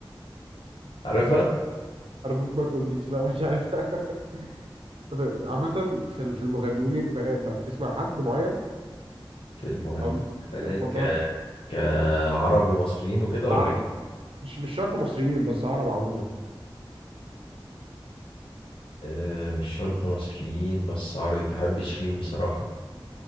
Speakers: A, on the left (about 75°); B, on the right (about 85°).
A: عارفها
B: أرجوك ما تقوليش لا مش عارف <laughs> طب عامة في ال- في المغنيين البنات بقى بتسمع حد معين
A: في المغنيين
B: أو مين
A: البنات
B: المفضلة
A: ك...
B: بتاعتك؟
A: كعرب ومصريين وكده ولا
B: عرب
A: أجنبي؟
B: مش مش شرط مصريين بس عرب عموما
A: آه، مش شرط مصريين بس عربي بحب شيرين بصراحة